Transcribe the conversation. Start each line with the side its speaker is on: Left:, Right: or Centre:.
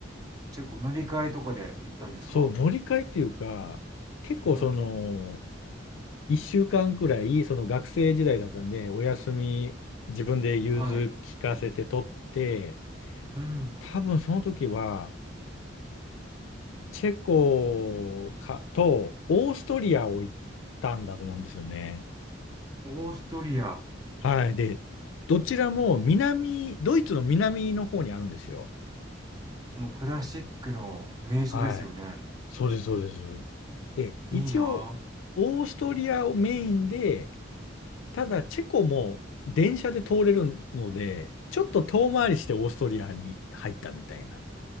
Right: チェコ、乗り換えとかで行ったんですか？
Left: そう、乗り換えっていうか、結構その、
Right: はい、
Left: 一週間くらい、その学生時代だったんで、お休み自分で融通聞かせて取って、
Right: はい。うん。
Left: 多分その時は、チェコかとオーストリアを行ったんだと思うんですよね。
Right: オーストリア、
Left: はい。で、どちらも南、ドイツの南の方にあるんですよ。
Right: もうクラシックの名所ですよね。
Left: はい。そうです、そうです。で、一応、
Right: いいなあ。
Left: オーストリアをメインで、ただ、チェコも電車で通れるので、ちょっと遠回りしてオーストリアに入ったみたいな、